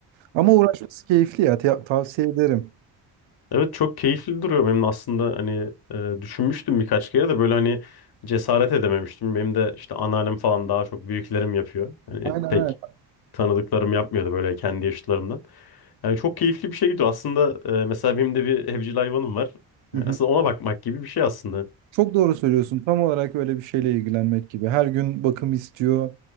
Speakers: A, on the right; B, on the left.
A: Ama uğraşması keyifli ya. Te- tavsiye ederim.
B: Evet çok keyifli duruyor benim aslında hani e, düşünmüştüm birkaç kere de böyle hani cesaret edememiştim. Benim de işte anneannem falan daha çok büyüklerim yapıyor. Hani
A: Aynen
B: pek
A: öyle.
B: tanıdıklarım yapmıyordu böyle kendi yaşıtlarımdan. Yani çok keyifli bir şey gidiyor. Aslında e, mesela benim de bir evcil hayvanım var. Yani
A: Hı hı.
B: aslında ona bakmak gibi bir şey aslında.
A: Çok doğru söylüyorsun. Tam olarak öyle bir şeyle ilgilenmek gibi. Her gün bakım istiyor.